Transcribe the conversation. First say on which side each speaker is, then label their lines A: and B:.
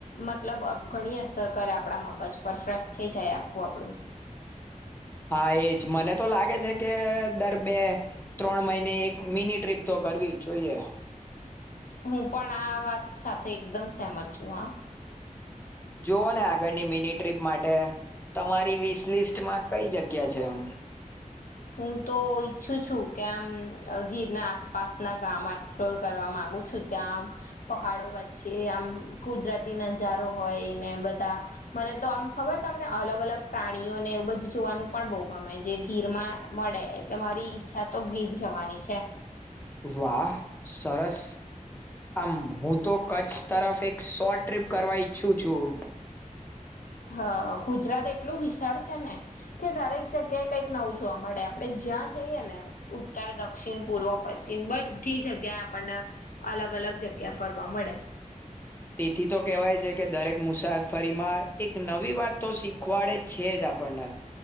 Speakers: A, on the left; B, on the left.
A: મતલબ અબઘણી અસર કરે આપણા મગજ પર ફ્રેશ થઈ જાય આખું આપણું
B: હા એજ મને તો લાગે છે કે દર બે ત્રણ મહિને એક મિની ટ્રીપ તો કરવી જ જોઈએ
A: <inaudible> હું પણ આ વાત સાથે એકદમ સહેમ છું હ
B: જોવુ ને આગળની મિની ટ્રીપ માટે તમારી વિસ લિસ્ટમાં કઈ જગ્યા છે આમ
A: હું તો ઈચ્છું છું કે આમ ગીરના આસપાસના ગામ એક્સપ્લોર કરવા માંગુ છું ત્યાં આમ પહાડો વચ્ચે આમ કુદરતી નજારો હોય ને બધા મને તો આમ ખબર તમને અલગ અલગ પ્રાણીઓને એવું બધું જોવાનું પણ બહુ ગમે જે ગીરમાં મળે એટલે મારી ઈચ્છા તો ઘીર જવાની છે
B: વાહ સરસ આમ હું તો કચ્છ તરફ એક શોર્ટ ટ્રીપ કરવા ઈચ્છું છું
A: હા ગુજરાત એટલું વિશાળ છે ને કે દરેક જગ્યાએ કંઈક નવુ જોવા મળે આપડે જ્યાં જઈએ ને ઉત્તર દક્ષિણ પૂર્વ પશ્ચિમ બધી જગ્યાએ આપણને અલગ અલગ જગ્યા ફરવા મળે
B: તેથી તો કેહેવાય છે કે દરેક મુસાફરીમાં એક નવી વાત તો શીખવાડે જ છે જ આપણને